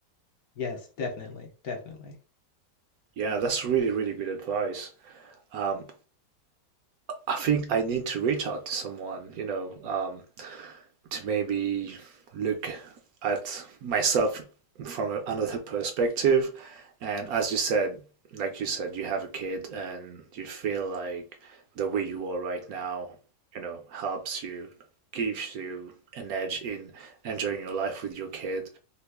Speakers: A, on the left (about 60°); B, on the right (about 70°).
A: Yes, definitely, definitely.
B: Yeah, that's really, really good advice. Um, I think I need to reach out to someone, you know, um, to maybe look at myself from another perspective. And as you said, like you said, you have a kid and you feel like the way you are right now, you know, helps you, gives you an edge in enjoying your life with your kid.